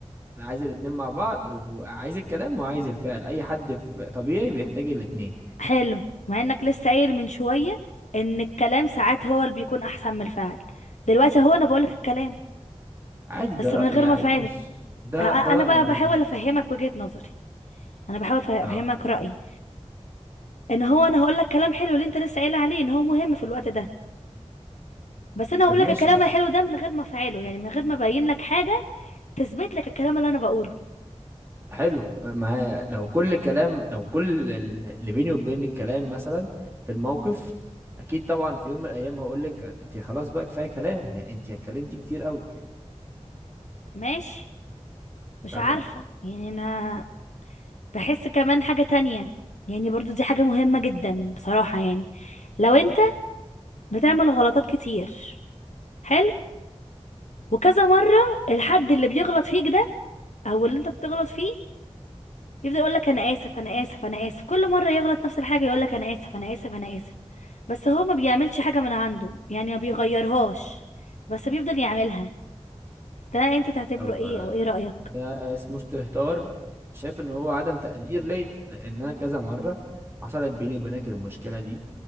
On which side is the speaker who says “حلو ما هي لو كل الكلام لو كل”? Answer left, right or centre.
Right